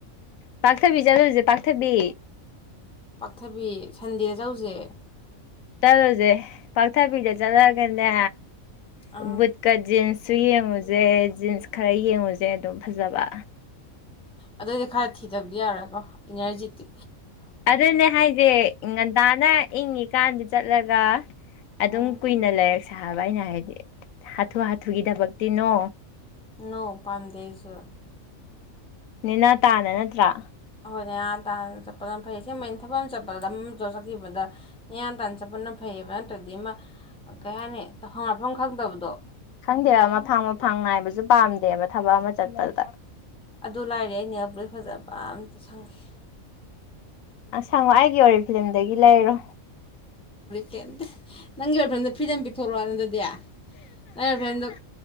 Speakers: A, on the left; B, in the centre.
A: ꯄꯥꯛꯊꯕꯤ ꯆꯥꯠꯗꯧꯁꯦ ꯄꯥꯛꯊꯕꯤ
B: ꯄꯥꯛꯊꯕꯤ ꯁꯟꯗꯦꯗ ꯆꯂꯁꯦ
A: ꯆꯠꯂꯨꯁꯦ ꯄꯥꯛꯊꯕꯤꯗ ꯆꯠꯂꯛꯑꯒꯅꯦ
B: ꯑꯥ
A: ꯕꯨꯠꯀ ꯖꯤꯟꯁ ꯁꯨ ꯌꯦꯡꯉꯨꯁꯦ ꯖꯤꯟꯁ ꯈꯔ ꯌꯦꯡꯉꯨꯁꯦ ꯑꯗꯨꯝ ꯐꯖꯕ
B: ꯑꯗꯨꯑꯣꯏꯗꯤ ꯈꯔ ꯊꯤꯗꯕꯗꯤ ꯌꯥꯔꯣꯏꯀꯣ ꯏꯅꯔꯖꯤꯇꯤ
A: ꯑꯗꯨꯅꯦ ꯍꯥꯏꯁꯦ ꯉꯟꯇꯥꯅ ꯏꯪꯉꯤꯀꯥꯟꯗꯨ ꯆꯠꯂꯒ ꯑꯗꯨꯝ
B: ꯎꯝ
A: ꯀꯨꯏꯅ ꯂꯥꯏꯔꯛ ꯁꯥꯕ ꯑꯩꯅ ꯍꯥꯏꯕꯗꯤ ꯍꯥꯊꯨ ꯍꯥꯊꯨꯒꯤ ꯊꯕꯛꯇꯤꯅꯣ
B: ꯅꯧ ꯄꯥꯝꯗꯦꯁꯨ
A: ꯅꯅꯤꯅꯥ ꯇꯥꯅ ꯅꯠꯇ꯭ꯔꯥ
B: ꯅꯤꯦꯌꯥꯟ ꯇꯥꯟꯅ ꯆꯠꯄꯅ ꯐꯩ ꯁꯦꯝꯒꯨꯝꯕꯥꯏꯅ ꯊꯕꯛ ꯑꯃ ꯆꯠꯄꯗ ꯂꯝꯧ ꯆꯠꯈꯤꯕꯗ ꯅꯤꯌꯥꯟ ꯇꯥꯟꯅ ꯆꯠꯄꯅ ꯐꯩꯌꯦꯕ ꯑꯗꯨ ꯅꯠꯇ꯭ꯔꯗꯤ ꯃꯥ ꯀꯩ ꯍꯥꯏꯅꯤ ꯇꯧꯐꯝ ꯉꯥꯛꯐꯝ ꯈꯪꯗꯕꯗꯣ
A: ꯈꯪꯗꯦꯕ ꯃꯐꯥꯡ ꯃꯐꯥꯡ ꯉꯥꯏꯏꯕꯁꯨ ꯄꯥꯝꯗꯦꯕ ꯊꯕꯛ ꯑꯃ ꯆꯠꯄꯗ
B: ꯑꯗꯨ ꯂꯥꯏꯔꯦ ꯑꯅꯦꯕꯁ ꯐꯖꯕ ꯑꯝꯇ ꯁꯪꯈꯤ
A: ꯁꯪꯉꯣ ꯑꯩꯒꯤ ꯑꯣꯏ ꯐꯤꯂꯝꯗꯒꯤ ꯂꯩꯔꯣ
B: ꯀꯝꯇ ꯅꯪꯒꯤ ꯑꯣꯏꯔꯐꯝꯗ ꯐꯤꯗ ꯄꯤꯊꯣꯔꯛꯑꯣꯅ ꯑꯗꯨꯗꯤ ꯅꯪꯒꯤ ꯑꯣꯔꯤꯐ꯭ꯂꯦꯝꯗꯣ